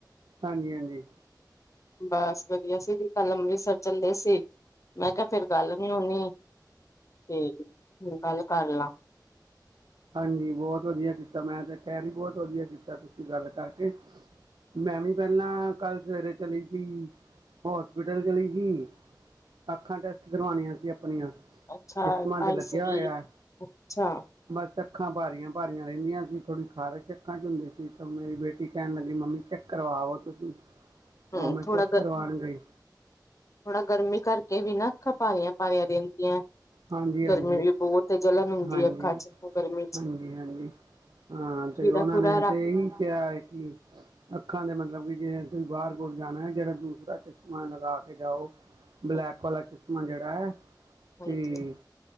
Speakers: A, on the right; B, on the left.
A: ਹਾਂਜੀ, ਹਾਂਜੀ
B: ਬਸ ਵਧੀਆ ਅਵੀ ਕੱਲ ਅੰਮ੍ਰਿਤਸਰ ਚੱਲੇ ਸੀ ਮੈਂ ਕਿਆ ਫੇਰ ਗੱਲ ਨੀ ਹੋੋਣੀ ਤੇ ਗੱਲ ਕਰ ਲਾਂ
A: ਹਾਂਜੀ ਬੋਹਤ ਵਧੀਆ ਕੀਤਾ ਮੈਂ ਤਾਂ ਕਹਿ ਰਹੀ ਬੋਹਤ ਵਧੀਆ ਕੀਤਾ ਤੁਸੀਂ ਗੱਲ ਕਰਕੇ ਮੈਂ ਵੀ ਪਹਿਲਾਂ ਕੱਲ ਸਵੇਰੇ ਚਲੀ ਗੀ, ਹੋਸਪਿਟਲ ਚਲੀ ਗੀ। ਅੱਖਾਂ ਟੈਸਟ ਕਰਵਾਣੀਆਂ ਸੀ ਆਪਣੀਆਂ।
B: ਅੱਛਾ
A: ਚਸ਼ਮਾਂ
B: ਭਾਈ
A: ਤੇ ਲੱਗਿਆ
B: ਸਰੀਰ
A: ਹੋਇਆ।
B: ਅੱਛਾ।
A: ਬਸ ਅੱਖਾਂ ਭਾਰੀਆਂ- ਭਾਰੀਆਂ ਰਹਿੰਦੀਆਂ ਸੀ, ਥੋੜ੍ਹੀ ਖਾਰਸ਼ ਅੱਖਾਂ ਚ' ਹੁੰਦੀ ਸੀ, ਤੇ ਮੇਰੀ ਬੇਟੀ ਕਹਿਣ ਲੱਗੀ ਮੰਮੀ ਚੱਕ ਕਰਵਾਵੋ ਤੁਸੀਂ।
B: <inaudible>
A: ਉਹ ਮੈਂ
B: ਥੋੜਾ
A: ਚੈੱਕ ਕਰਵਾਉਣ ਗਈ।
B: ਥੋੜਾ ਗਰਮੀ ਕਰਕੇ ਵੀ ਨਾ ਅੱਖਾਂ ਭਾਰੀਆਂ- ਭਾਰੀਆਂ ਰਹਿੰਦੀਆਂ ਨੇ।
A: ਹਾਂਜੀ ਹਾਂਜੀ
B: ਗਰਮੀ ਵੀ ਬਹੁਤ ਹੀ ਜਲਣ ਹੁੰਦੀ
A: ਹਾਂਜੀ
B: ਹੈ। ਅੱਖਾਂ ਚ' ਉਹ ਗਰਮੀ ਚ'।
A: ਹਾਂਜੀ ਹਾਂਜੀ ਹਾਂ,
B: ਖੀਰਾ
A: ਤੇ ਉਹਨਾਂ
B: ਖੂਰਾ
A: ਨੇ
B: ਰੱਖ
A: ਤੇ ਇਹੀ ਕਿਹਾ ਕਿ ਅੱਖਾਂ ਦੇ ਮਤਲਬ ਕਿ ਜੇ ਤੁਸੀਂ ਬਾਹਰ- ਬੂਰ ਜਾਣਾ ਜਿਹੜਾ ਦੂਰ ਦਾ ਚਸ਼ਮਾ ਲਗਾ ਕੇ ਜਾਓ।
B: <inaudible>
A: ਬਲੈਕ ਵਾਲਾ ਚਸ਼ਮਾ ਜਿਹੜਾ ਹੈ।
B: ਹਾਂਜੀ
A: ਤੇ।